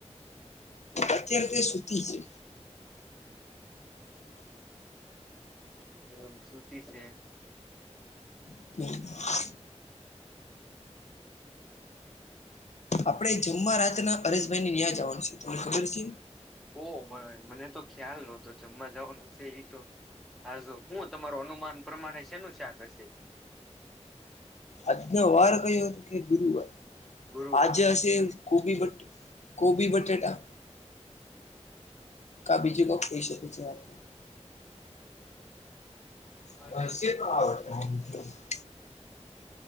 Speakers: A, on the left; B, in the centre.
A: અત્યારે તે સુતી છે,
B: એમ સૂતી છે.
A: <unintelligible> આપડે જમવા રાતના પરેશભાઈ ને ત્યાં જવાનું છે તમને ખબર છે.
B: ઓહ મને તો ખ્યાલ નતો જમવા જવાનું હશે એ તો હાજુ, હું તમારું અનુમાન પ્રમાણે શેનું ચાક હશે.
A: આજના વાર <inaudible> કે ગુરુ વાર
B: ગુરુવાર
A: આજ હશે ગબી બટ કોબી બટેાટા કા બીજું કોઈ કઈ શકે છે આપને <inaudible>
B: હા